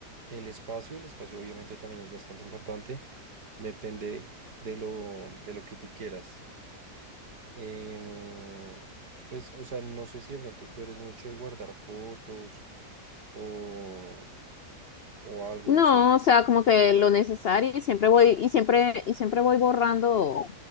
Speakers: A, on the right; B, on the left.
A: el espacio, el espacio obviamente también es bastante importante, depende de lo, de lo que tú quieras. Em, pues, o sea, no sé si de pronto tú eres mucho de guardar fotos o, o algo,
B: No,
A: no sé.
B: o sea, como que lo necesario y siempre voy y siempre y siempre voy borrando,